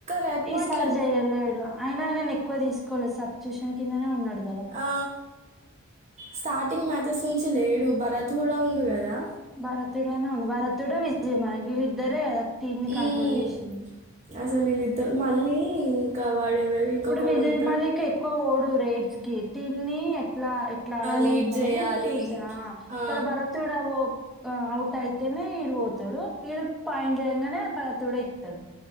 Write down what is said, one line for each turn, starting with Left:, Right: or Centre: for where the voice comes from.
Right: రెడ్
Centre: ఈసారి
Right: పాయింట్ లేదు
Centre: చెయ్యలేడు అయినన ఎక్వ తీకోవి సబ్ ట్యూషన్ కిందనే ఉన్నాడు గదా!
Right: ఆ స్టార్టింగ్ మ్యాథస్ నుంచి లేడు భరత్ కూడా ఉండు కదా
Centre: భార తీడానా ఉంది భారత్తడా విజయమైన ఇలుద్దరే టీమ్ ని
Right: మ్మ్.
Centre: కంట్రోల్ చేసింది
Right: అసలు వీళ్ళిద్దరు మళ్ళీ వాడేవారు ఇంకొకడు
Centre: ఇప్పుడు విదేయమళకి
Right: ఉంటాడు
Centre: ఎక్కువ ఓ రేడ్స్ క టీమ్ని ఎ ఎట్లా ఎట్లా ఆడాలేందని
Right: లీడ్ చేయాలి
Centre: చూసా
Right: ఆ,
Centre: ఇలా భరతుడా ఓ అవుట్ అయితేనే ఈడు పోతాడు ఈడు పాయింట్ చేయగానే భరత కూడా ఎక్కుతాడు